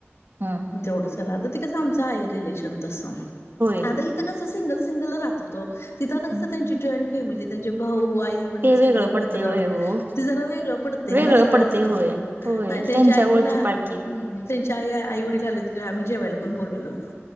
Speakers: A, on the right; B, on the left.
A: हां
B: ग तेवढं झाला आता ते कसं आमचं आहे रिलेशन तसं
A: होय
B: तर इथं कसं सिंगल सिंगल राहत होतो तिथं आता कस
A: हम्म.
B: त्यांची जॉईंट फॅमिली त्यांचे भाऊ आई एवढी
A: ते
B: सगळी
A: वेगळं
B: एकत्र
A: पडते होय हो
B: ती जरा वेगळं पडतंय
A: वेगळं
B: ना सगळं
A: पडते
B: असं
A: होय होय
B: त्यांची
A: त्यांच्या
B: आई
A: ओळखी
B: पण आहे.
A: पाळखी
B: हं त्यांच्या आई आई वडील आले होते तेव्हा आम्ही जेवायला पण बोलवल होतो.